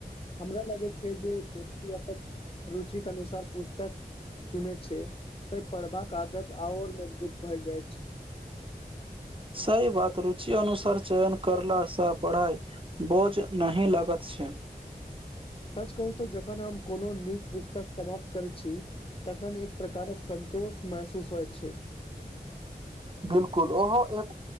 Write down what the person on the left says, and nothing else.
हमरा लगै छै जे वापक रुचिके अनुसार पुस्तक चुने छै त पढ़बाक आदत और मजबूत भए जाइत छै
सच कहू तऽ जखन हम कोनो नीक पुस्तक समाप्त करैत छी तखन एक प्रकारक संन्तोष महसूस होइत छै